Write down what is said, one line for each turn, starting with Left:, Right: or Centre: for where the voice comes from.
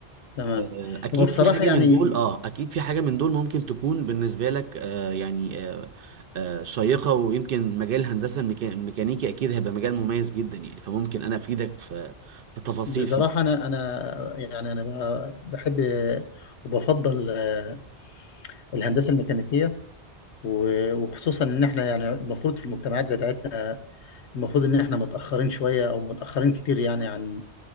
Left: تمام
Right: آه، اكيد
Left: هو بصراحة
Right: في حاجه
Left: يعني
Right: من دول اه اكيد في حاجه من دول ممكن تكون بالنسبه لك آه يعني آه آه شيقه ويمكن مجال الهندسه الميكا- الميكانيكي اكيد هيبقى مجال مميز جدا يعني فممكن انا افيدك في في تفاصيل
Left: بصراحة
Right: فيه
Left: أنا أنا يعني أنا ب- بحب وبفضل آه، الهندسة الميكانيكية و- وخصوصا إن إحنا يعني المفروض في المجتمعات بتاعتنا المفروض ان احنا متاخرين شويه او متاخرين كتير يعني عن